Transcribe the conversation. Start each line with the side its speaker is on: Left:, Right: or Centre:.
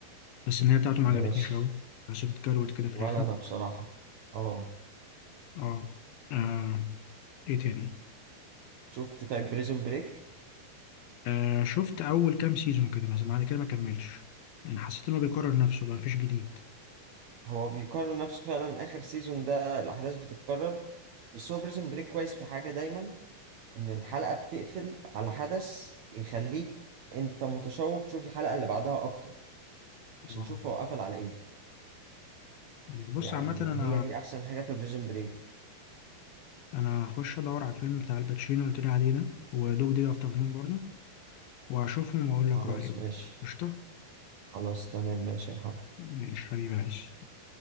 Left: بس النهاية بتاعته ما
Right: ماشي
Left: عجبتنيش أوي حسيت اتكروت كده في
Right: ولا
Left: الآخر
Right: انا بصراحه اه
Left: اه آه، ايه تاني
Right: شفت طيب بريزون بريك
Left: آه شفت اول كام سيزون كده مثلا بعد كده ما كملتش يعني حسيت انه بيكرر نفسه بقى مفيش جديد
Right: هو بيقارن نفسه فعلا اخر سيزون ده الاحداث بتتكرر بس هو بريزون بريك كويس في حاجه دايما ان الحلقه بتقفل على حدث يخليك انت متشوق تشوف الحلقه اللي بعدها اكتر عشان
Left: اه
Right: تشوف هو قفل على ايه
Left: بص
Right: يعني
Left: عامة انا
Right: هي دي احسن حاجه في بريزون بريك
Left: انا هخش ادور على الفيلم بتاع الباتشينو اللي قلت لي عليه ده ودوج دي افتر نون برضه وهشوفهم واقول
Right: خلاص
Left: لك رأيي بقى.
Right: ماشي
Left: قشطة
Right: خلاص تمام ماشي يا محمد
Left: ماشي حبيبي عايز